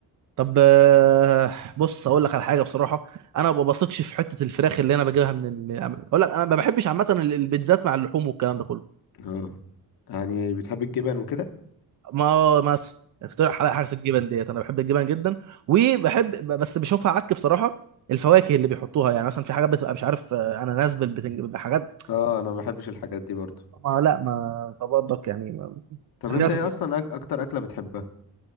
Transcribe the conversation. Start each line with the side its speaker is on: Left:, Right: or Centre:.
Right: طب آه، بص اقول لك على حاجه بصراحه انا ما بثقش في حته الفراخ اللي انا بجيبها من ال... اقول لك انا ما بحبش عامه ال- البيتزات مع اللحوم والكلام ده كله
Left: اه يعني بتحب الجبن وكده
Right: ما مثلا اقترح عليا حاجه في الجبن ديت انا بحب الجبن جدا وبحب بس بشوفها عك بصراحه الفواكه اللي بيحطوها يعني مثلا في حاجات بتبقى مش عارف آه، اناناس بالبتنج بحاجات
Left: اه انا ما بحبش الحاجات دي برضو
Right: ما لا ما فبرضك يعني ما-
Left: طب
Right: خلينا
Left: انت
Right: في
Left: ايه
Right: الجبن
Left: اصلا أك- اكتر اكلة بتحبها